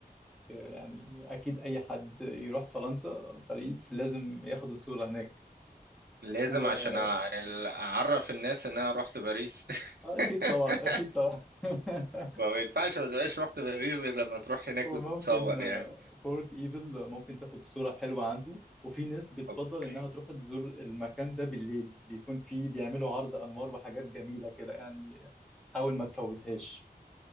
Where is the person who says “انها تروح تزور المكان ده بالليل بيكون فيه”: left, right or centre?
Centre